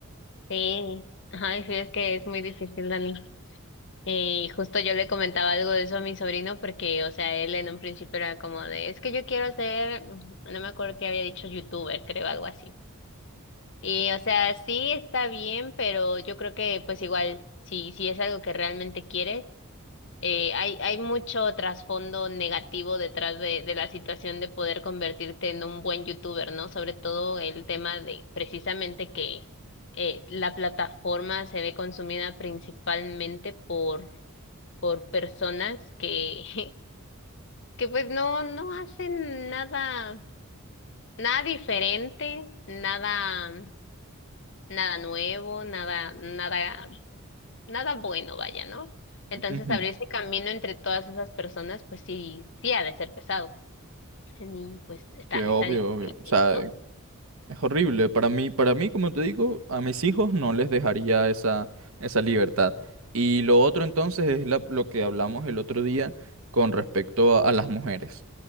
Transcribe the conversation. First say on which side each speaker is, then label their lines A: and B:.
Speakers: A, on the left; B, on the right.
A: Sí. Ay, sí, es que es muy difícil, Dani. Y justo yo le comentaba algo de eso a mi sobrino porque, o sea, él en un principio era como de, es que yo quiero ser, mm, no me acuerdo qué había dicho, youtuber, creo, algo así. Y, o sea, sí está bien, pero yo creo que pues igual, si, si es algo que realmente quieres, eh, hay, hay mucho trasfondo negativo detrás de, de la situación de poder convertirte en un buen youtuber, ¿no? Sobre todo el tema de precisamente que eh, la plataforma se ve consumida principalmente por, por personas que, <laughs> que pues no, no hacen nada, nada diferente, nada. nada nuevo, nada, nada, nada bueno, vaya, ¿no? Entonces
B: Ujú,
A: abrirse camino entre todas esas personas, pues sí, sí ha de ser pesado. Y pues está,
B: Que
A: está
B: obvio,
A: difícil
B: obvio. O
A: esto.
B: sea, Es horrible. Para mí, para mí, como te digo, a mis hijos no les dejaría esa, esa libertad. Y lo otro entonces es la- lo que hablamos el otro día con respecto a, a las mujeres.